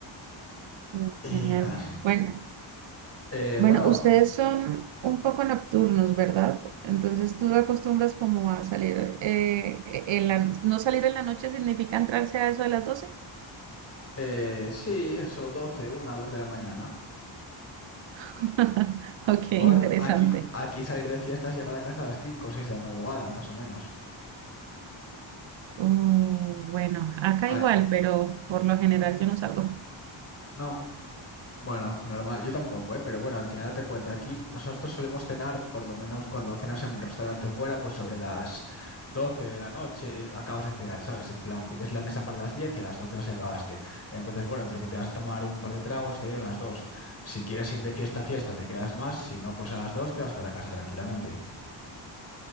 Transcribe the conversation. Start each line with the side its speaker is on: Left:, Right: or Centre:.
Right: Mm,
Left: Y
Right: Genial.
Left: nada,
Right: Bueno,
Left: eh,
Right: bueno,
Left: bueno,
Right: ustedes son un poco nocturnos, ¿verdad? Entonces tú acostumbras como a salir, eh, en la, no salir en la noche significa entrarse a eso de las doce.
Left: eh, sí, eso, doce una dos de la mañana.
Right: <laughs> Ok, interesante.
Left: Por aquí, aquí salir de fiestas llegar a casa a las 5 o 6 de la madrugada, más o menos.
Right: Uh, bueno, acá
Left: Ah,
Right: igual, pero por lo general yo no salgo.
Left: no. Bueno, normal, yo tampoco, ¿eh? Pero bueno, al final te cuenta, aquí nosotros solemos cenar, por lo menos cuando cenas en un restaurante fuera, pues sobre las 12 de la noche eh, acabas de cenar, ¿sabes? En plan, pides la mesa para las 10 y a las 12 vas y acabaste. Entonces, bueno, entre que te vas a tomar un par de tragos, te dieron las 2. Si quieres ir de fiesta a fiesta, te quedas más, si no, pues a las 2 te vas para casa tranquilamente.